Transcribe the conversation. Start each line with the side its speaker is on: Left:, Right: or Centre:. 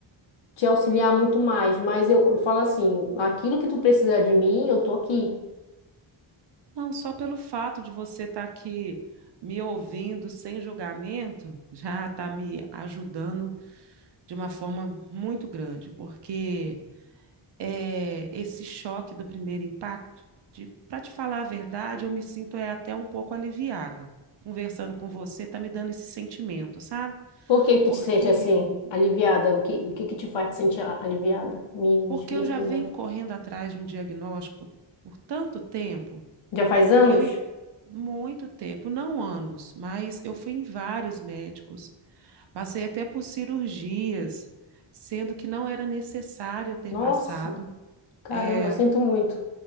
Left: te auxiliar muito mais, mas eu, eu falo assim, aquilo que tu precisar de mim, eu tô aqui.
Right: Não, só pelo fato de você estar aqui me ouvindo sem julgamento, já está me ajudando de uma forma muito grande, porque é, esse choque do primeiro impacto, de, para te falar a verdade, eu me sinto é, até um pouco aliviada. Conversando com você, está me dando esse sentimento, sabe?
Left: Por que tu
Right: Porque,
Left: te sente assim, aliviada? O que, o que que te faz te sentir a- aliviada? Me, me
Right: porque
Left: explica
Right: eu já
Left: melhor.
Right: venho correndo atrás de um diagnóstico por tanto tempo.
Left: Já faz anos?
Right: E eu, i- muito tempo, não anos, mas eu fui em vários médicos, passei até por cirurgias, sendo que não era necessário eu ter
Left: Nossa,
Right: passado.
Left: caramba,
Right: É,
Left: sinto muito.